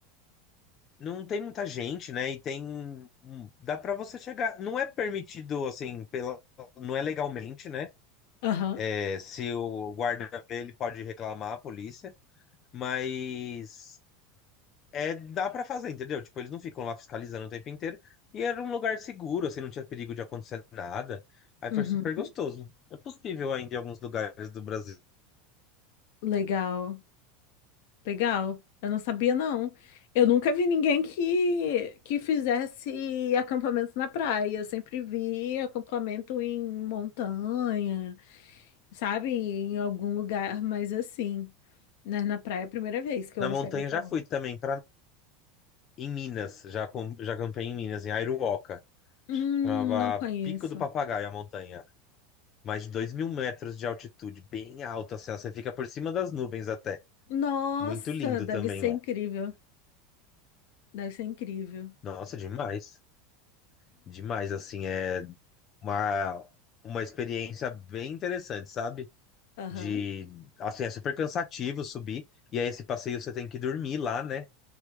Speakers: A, on the left; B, on the left.
A: Não tem muita gente, né? E tem. hum, Dá pra você chegar. Não é permitido, assim, pela... não é legalmente, né?
B: aham.
A: É, se o guarda ver, ele pode reclamar à polícia. Mas. É, dá pra fazer, entendeu? Tipo, eles não ficam lá fiscalizando o tempo inteiro. E era um lugar seguro, assim, não tinha perigo de acontecer nada. Aí
B: Uhum.
A: foi super gostoso. É possível ainda em alguns lugares do Brasil.
B: Legal, legal. Eu não sabia, não. Eu nunca vi ninguém que, que fizesse acampamento na praia. Eu sempre vi acampamento em montanha, sabe? Em algum lugar, mas assim, né? Na praia é a primeira vez que eu
A: Na
B: ouço
A: montanha
B: alguém falar.
A: já fui também, pra... em Minas. Já, com... já campei em Minas, em Airuoca.
B: Hum,
A: Chamava
B: não conheço.
A: Pico do Papagaio a montanha. Mais de dois mil metros de altitude, bem alto, assim, ó, você fica por cima das nuvens até.
B: Nossa,
A: Muito lindo
B: deve
A: também
B: ser
A: lá.
B: incrível. Deve ser incrível.
A: Nossa, demais. Demais, assim, é uma, uma experiência bem interessante, sabe?
B: Aham.
A: De, assim, é super cansativo subir, e aí esse passeio você tem que dormir lá, né?